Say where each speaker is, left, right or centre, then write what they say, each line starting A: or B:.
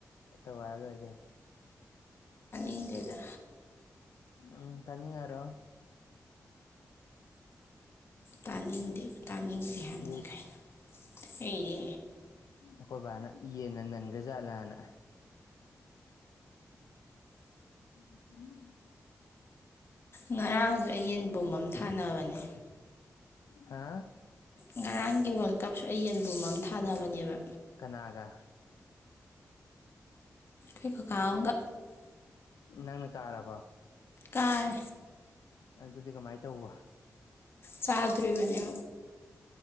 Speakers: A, on the left (about 85°); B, on the left (about 45°).
A: ꯇꯧ ꯍꯥꯏꯔ ꯂꯣꯏꯀꯩꯅꯣ
B: ꯏꯪꯗꯦꯗꯥ
A: ꯎꯝ ꯇꯅꯤꯡꯉꯔꯣꯏ
B: ꯇꯥꯅꯤꯡꯗꯦꯕ ꯇꯥꯅꯤꯡꯗꯦ ꯍꯥꯏꯕꯅꯤ
A: <unintelligible>
B: ꯀꯩꯅꯣ ꯑꯩꯗꯤ
A: ꯑꯩꯈꯣꯏ ꯕꯥꯅ ꯌꯦꯟꯅ ꯅꯟꯒ꯭ꯔꯖꯥꯠꯂꯥꯅ <unintelligible>
B: ꯉꯔꯥꯡꯖꯨ ꯑꯩ ꯌꯦꯟꯕꯨꯝ ꯑꯝ ꯊꯥꯅꯕꯅꯦ
A: ꯍꯥꯥ
B: ꯉꯔꯥꯡꯒꯤ ꯋꯥꯔꯜ ꯀꯞꯁꯨ ꯑꯩ ꯌꯦꯟꯕꯨꯝ ꯑꯃ ꯊꯥꯅꯕꯅꯦꯕ
A: ꯀꯅꯥꯒ
B: ꯍꯩ ꯈꯨꯈꯥꯎꯑꯝꯒ
A: ꯅꯪꯅ ꯀꯥꯔꯥꯕ
B: ꯀꯥꯥꯏ
A: ꯑꯗꯨꯗꯤ ꯀꯃꯥꯏ ꯇꯧꯕ
B: ꯆꯥꯗꯣꯔꯤꯕꯅꯦ